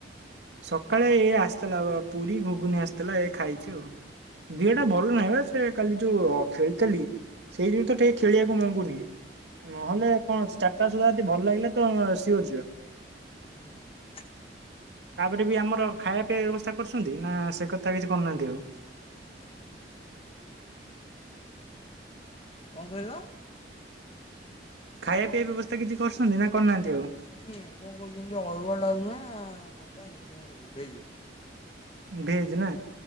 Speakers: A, on the right; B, on the left.
A: ସକାଳେ ଏ ଆସିଥିଲା ପୁରୀ ଘୁଘୁନି ଆସିଥିଲା ଏ ଖାଇଛି ଆଉ। ଦିହଟା ଭଲ ନାହିଁ ବା ସେ କାଲି ଯୋଉ ଖେଳିଥିଲି, ସେଇ ଯୋଗୁ ତ ଟିକେ ଖେଳିବାକୁ ମଙ୍ଗୁନି। ନହେଲେ କଣ ଅଛି, ଚାରିଟା ସୁଦ୍ଧା ଯଦି ଭଲ ଲାଗିଲା ତ ସିଓର ଯିବା।
B: ହୁଁ।
A: ତାପରେ ବି ଆମର ଖାଇବା ପିଇବା ବ୍ୟବସ୍ଥା କରୁଛନ୍ତି, ନା ସେ କଥା କିଛି କରୁନାହାନ୍ତି ଆଉ।
B: ହୁଁ। କଣ କହିଲ?
A: ଖାଇବା ପିଇବା ବ୍ୟବସ୍ଥା କିଛି କରୁସନ୍ତି ନା କରିନାହାନ୍ତି ଆଉ?
B: ହୁଁ କଣ କହୁଛନ୍ତି ଅରୁୁଆ ଡ଼ାଲମା ଖଟା ଏମିତି କଣ କରିବେ ହେଇଚି।
A: ଭେଜ ନା